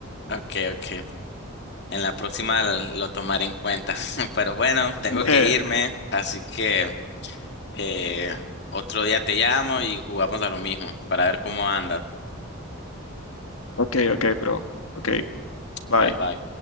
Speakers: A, on the left; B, on the left.
A: Ok, ok. En la próxima l- lo tomaré en cuenta. <laughs> Pero bueno, tengo
B: <laughs>
A: que
B: Eh,
A: irme, así que eh, otro día te llamo y jugamos a lo mismo para ver cómo anda.
B: ok, ok, bro. Ok, bye.
A: Bye bye.